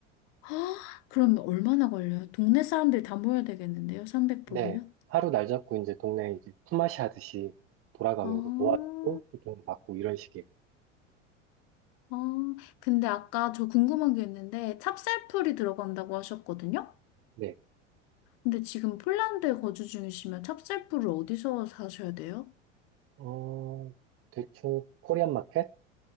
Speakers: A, on the left; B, on the right.
A: 헉, 그럼 얼마나 걸려요? 동네 사람들 다 모여야 되겠는데요? 300복이면?
B: 네. 하루 날 잡고 이제 동네 이제 품앗이 하듯이 돌아가면서
A: 아,
B: 도와주고 또 돈 받고 이런 식이에요.
A: 아, 근데 아까 저 궁금한 게 있는데 찹쌀풀이 들어간다고 하셨거든요?
B: 네.
A: 근데 지금 폴란드에 거주 중이시면 찹쌀풀을 어디서 사셔야 돼요?
B: 어, 대충 코리안 마켓?